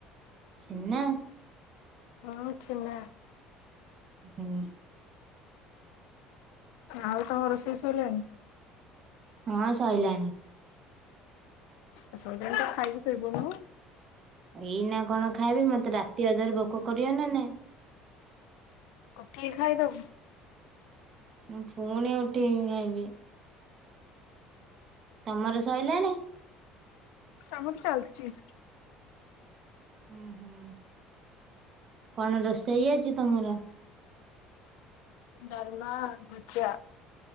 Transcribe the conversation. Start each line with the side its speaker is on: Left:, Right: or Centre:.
Right: ଛେନା?
Left: ହଁ ଛେନା।
Right: ହୁଁ।
Left: ଆଉ ତମ ରୋଷେଇ ସଇଲାଣି?
Right: ହଁ ସଇଲାଣି।
Left: ଆ ସଇଲାଣି ତ ଖାଇକି ଶୋଇପଡୁନୁ।
Right: ଏଇ ନା କଣ ଖାଇବି, ମତେ ରାତି ଅଧରେ ଭୋକ କରିବ ନା ନାଇଁ।
Left: ଉଠିକି ଖାଇଦବୁ।
Right: ମୁଁ ପୁଣି ଉଠିବି ଖାଇବି? ତମର ସଇଲାଣି?
Left: ଆମର ଚାଲିଚି।
Right: ହୁଁ ହୁଁ କଣ ରୋଷେଇ ଆଜି ତମର?
Left: ଡାଲମା, ଭଜା,